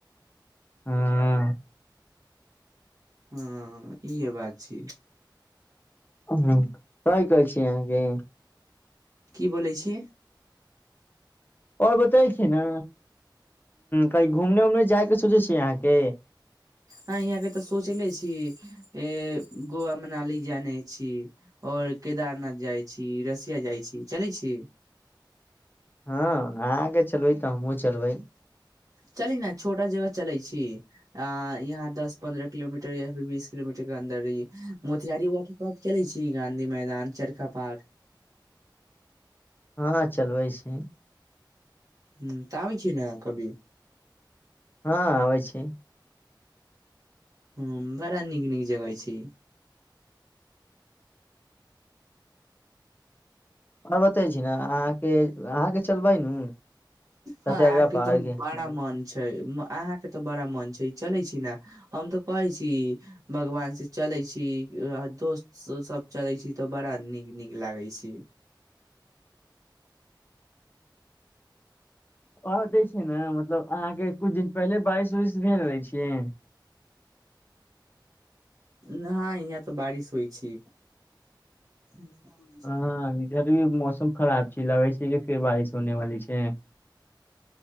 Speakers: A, on the left; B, on the right.
A: हँ
B: ह ईह बात छी
A: ह कइ कहै छी अहाँके
B: की बोै छी
A: ओर बतै छी ने कही घूमने उमने जाय के सोचै छी अहाँके
B: हँ यहाँ के तऽ सोचले छी अ गोवा मनाली जाने छी आओर केदारनाथ जाइ छी रसिया जाइ छी चलै छी
A: अहाँ के चलबे तऽ हमहु चलबै
B: चली ने छोटा जगह चलैय छी आ यहाँ दस पन्द्रह किलोमीटर या फिर बीस किलोमीटर के अन्दर ह मोतिहारी वाटर पार्क चलैय छी गाँधी मैदान चरखा पार्क
A: हँ चलबैय छी
B: ह तऽ आबैय छिय ने कभी
A: हँ आबैय छी
B: ह बड़ा नीक नीक जगह छी
A: अ बतै छी ने अहाँके अहाँके चलबै नू
B: हँ
A: सत्याग्रह
B: अहाँके
A: पहाड़
B: तऽ
A: के
B: बड़ा मन छै अहाँके तऽ बड़ा मन छै चलै छी ने हम तऽ कहै छी भगवान से चलै छी दोस्त सब चलै छी तऽ बड़ा नीक नीक लागय छी
A: आर जेै छै ने मतलब अहाँके किछु दिन पहिले बारिश उरिश भेज दै छियै
B: न इहाँ तऽ बारिश होइ छी हमर वि
A: हँ इधर भी मौसम खराब छै लगै छै कि फेर बारिश होने वाली छै